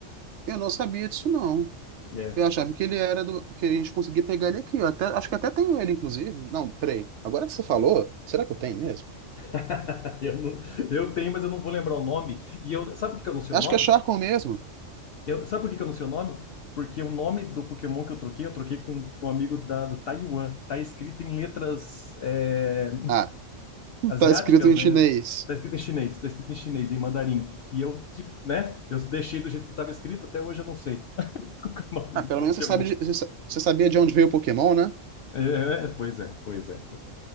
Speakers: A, on the right; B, on the left.
A: eu não sabia disso não.
B: É.
A: Eu achava que ele era do. que a gente conseguia pegar ele aqui. Eu até... Acho que até tenho ele, inclusive. Não, peraí. Agora que você falou, será que eu tenho mesmo?
B: <laughs> Eu, não- eu tenho, mas eu não vou lembrar o nome. E eu, sabe por que eu não sei
A: Acho
B: o nome?
A: que é Charcon mesmo.
B: Eu, sabe por que que eu não sei o nome? Porque o nome do Pokémon que eu troquei, eu troquei com um amigo da, do Taiwan. Tá escrito em letras. é,
A: Ah, <laughs>
B: asiáticas,
A: tá escrito em
B: né?
A: chinês.
B: Tá escrito em chinês, tá escrito em chinês, em mandarim. E eu, né? Eu deixei do jeito que estava escrito, até hoje eu não sei <laughs> qual que é o nome
A: Ah,
B: do
A: pelo
B: Pokémon.
A: menos você sabe de- você sa- você sabia de onde veio o Pokémon, né?
B: É, é, é, pois é, pois é.